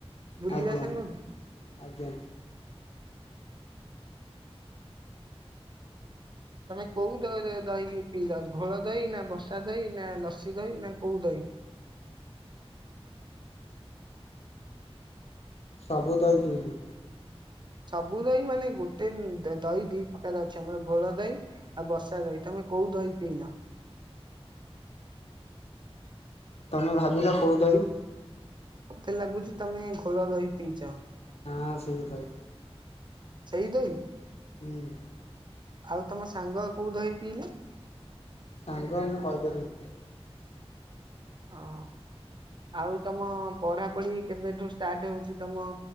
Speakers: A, on the right (about 45°); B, on the left (about 75°).
A: ବୁଲିବା
B: ଆଜ୍ଞା
A: ସାଙ୍ଗ କି?
B: ଆଜ୍ଞା।
A: ତମେ କୋଉ ଦ ଦହି ପିଇଲ ଘୋଳ ଦହି ନା ବସା ଦହି ନା ଲସି ଦହି ନା କୋଉ ଦହି।
B: ସବୁ ଦହି ପିଇଲି।
A: ସବୁ ଦହି ମାନେ ଗୋଟେ ଦହି ଦି ପ୍ରକାର ଅଛି ଆମର ଘୋଳ ଦହି। ଆଉ ବସା ଦହି ତମେ କୋଉ ଦହି ପିଇଲ।
B: ତମେ ଭାବିଲ କଉ ଦହି?
A: ମତେ ଲାଗୁଛି ତମେ ଘୋଳ ଦହି ପିଇଛ।
B: ହଁ ସେଇ ଦହି।
A: ସେଇ ଦହି।
B: ହୁଁ।
A: ଆଉ ତମ ସାଙ୍ଗ କୋଉ ଦହି ପିଇଲେ?
B: ସାଙ୍ଗ ମୁଁ କହିପାରିବି।
A: ଓ ଆଉ ତମ ପଢାପଢି କେବେଠୁ ଷ୍ଟାର୍ଟ ହଉଛି ତମ